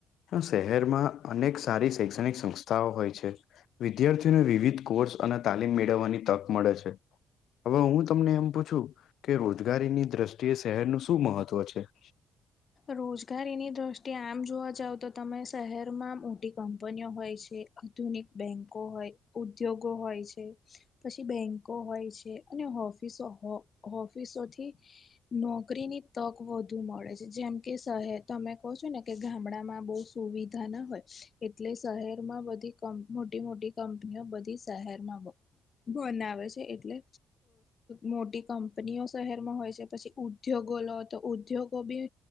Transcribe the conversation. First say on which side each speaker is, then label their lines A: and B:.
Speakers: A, on the left (about 75°); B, on the left (about 45°).
A: શહેરમાં અનેક સારી શૈક્ષણિક સંસ્થાઓ હોય છે. વિદ્યાર્થીઓને વિવિધ કોર્સ અને તાલીમ મેળવવાની તક મળે છે. હવે હું તમને એમ પૂછું કે રોજગારીની દ્રષ્ટિએ શહેરનું શું મહત્વ છે.
B: રોજગારીની દ્રષ્ટિએ આમ જોવા જાવ તો તમે શહેરમાં મોટી કંપનીઓ હોય છે. આધુનિક બેંકો હોય ઉદ્યોગો હોય છે. પછી બેન્કો હોય છે અને ઓફિસો ઓફિસોથી નોકરીની તક વધુ મળે છે. જેમ કે શહેર તમે કહો છો ને કે ગામડામાં બહ સુવિધા ના હોય એટલે શહેરમાં બધી મોટી મોટી કંપનીઓ બધી શહેરમાં બનાવે છે એટલે મોટી કંપનીઓ શહેરમાં હોય છે પછી ઉદ્યોગો લો તો ઉદ્યોગો બી